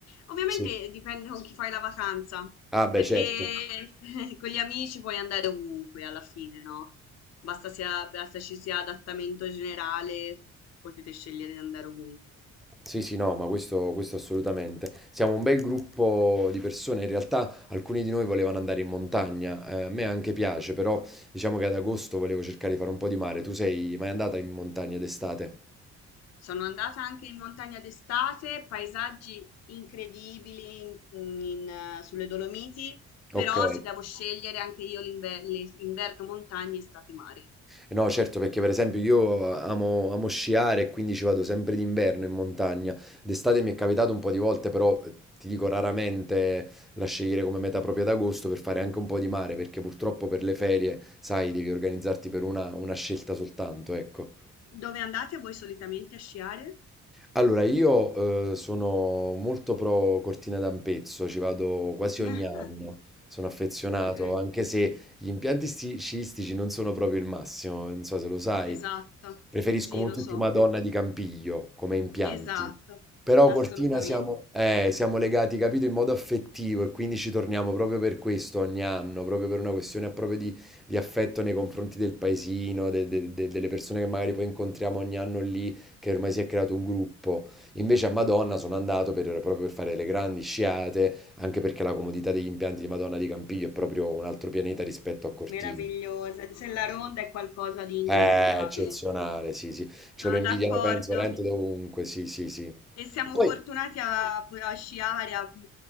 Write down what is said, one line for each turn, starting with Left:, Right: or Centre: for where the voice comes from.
Left: Ovviamente
Centre: Sì.
Left: dipende con chi fai la vacanza,
Centre: Ah,
Left: perché
Centre: beh, certo.
Left: <laughs> con gli amici puoi andare ovunque alla fine, no? Basta, sia, basta ci sia adattamento generale, potete scegliere di andare ovunque.
Centre: Sì, sì, no, ma questo, questo assolutamente. Siamo un bel gruppo di persone, in realtà alcuni di noi volevano andare in montagna, eh, a me anche piace, però diciamo che ad agosto volevo cercare di fare un po' di mare. Tu sei mai andata in montagna d'estate?
Left: Sono andata anche in montagna d'estate, paesaggi incredibili in- in- eh, sulle Dolomiti, però
Centre: Ok.
Left: se devo scegliere anche io l'inver- le- inverno montagna, estate mare.
Centre: Eh, No, certo, perché per esempio io amo, amo sciare e quindi ci vado sempre d'inverno in montagna. D'estate mi è capitato un po' di volte, però eh, ti dico raramente la scegliere come meta propria d'agosto per fare anche un po' di mare, perché purtroppo per le ferie, sai, devi organizzarti per una, una scelta soltanto, ecco.
Left: Dove andate voi solitamente a sciare?
Centre: Allora, io eh, sono molto pro Cortina d'Ampezzo, ci vado quasi
Left: <laughs>
Centre: ogni anno, sono affezionato,
Left: Ok.
Centre: anche se gli impianti sti- sciistici non sono proprio il massimo, non so se lo sai,
Left: Esatto,
Centre: preferisco
Left: sì,
Centre: molto
Left: lo so,
Centre: più Madonna di Campiglio come impianti,
Left: esatto,
Centre: però
Left: assolutamente,
Centre: Cortina siamo, eh, siamo legati, capito, in modo affettivo e quindi ci torniamo proprio per questo ogni anno, proprio per una questione proprio di, di affetto nei confronti del paesino, de- de- de- delle persone che magari poi incontriamo ogni anno lì che ormai si è creato un gruppo. Invece a Madonna sono andato per- proprio per fare le grandi sciate, anche perché la comodità degli impianti di Madonna di Campiglio è proprio un altro pianeta rispetto a Cortina.
Left: meravigliosa. Se la ronda è qualcosa di indimenticabile.
Centre: È eccezionale, sì, sì.
Left: Sono
Centre: Ce lo invidiano,
Left: d'accordo.
Centre: penso, veramente dovunque, sì, sì, sì.
Left: E siamo
Centre: Poi,
Left: fortunati a, a sciare, a,